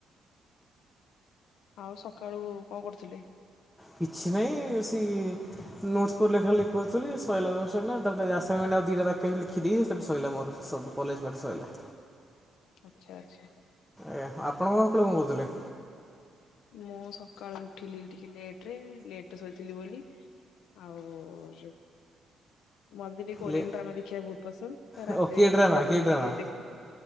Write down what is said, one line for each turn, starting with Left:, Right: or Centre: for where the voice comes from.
Left: ଆଉ ସକାଳୁ କଣ କରୁଥିଲେ?
Centre: କିଛି ନାଇଁ ସେ ନୋଟ ପ ଲେଖା ଲେଖି କରୁଥିଲି ସଇଲାତ ସଇଲା ତା ପରେ ରାସ ମା ଆଉ ଦିଟା ବାକି ଅଛି ଲେଖିଦି ସେ ସୋଇିଲା ମୋର ସବୁ କଲେଜ ପାଠ ସଇଲା
Left: ଆଚ୍ଛା ଆଚ୍ଛା
Centre: ଏା ଆପଣଙ୍କଣ କଳ କଣ କହୁଥିଲେ?
Left: ମୁଁ ସକାଳୁ ଉଠିଲି ଟିକେ ଲେଟ ରେ ଲେଟ ସୋଇଥିଲି ବୋଲି। ଆଉ ଜୁ ମତେ ଟିକେ କୋରିଆନ୍
Centre: ଲେ
Left: ଡ୍ରାମା ଦେଖିବାକୁ ବହୁତ ପସନ୍ଦ ତା ରାତିରେ
Centre: ଓ କି ଡ୍ରାମା
Left: ଟି
Centre: କି
Left: ବସିକି
Centre: ଡ୍ରାମା
Left: ଦେଖୁ